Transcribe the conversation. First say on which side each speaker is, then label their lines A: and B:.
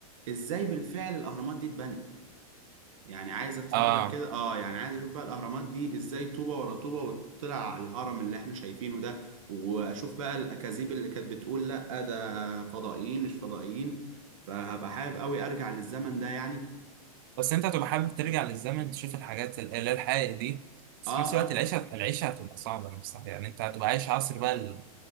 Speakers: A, on the right; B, on the right.
A: ازاي بالفعل الاهرامات دي اتبنت يعني عايز اتفرج
B: اه
A: كده اه يعني عايز اشوف بقى الاهرامات دي ازاي طوبه ورا طوبه وطلع على الهرم اللي احنا شايفينه ده واشوف بقى الاكاذيب اللي كانت بتقول لا ده فضائيين مش فضائيين فهبقى حابب قوي ارجع للزمن ده يعني
B: بس انت هتبقى حابب ترجع للزمن تشوف الحاجات ال- اللي هي الحقيقة دي بس
A: اه
B: في نفس الوقت
A: اه
B: العيشة العيشة هتبقى صعبة نفسها يعني انت هتبقى عايش عصر بقى ال...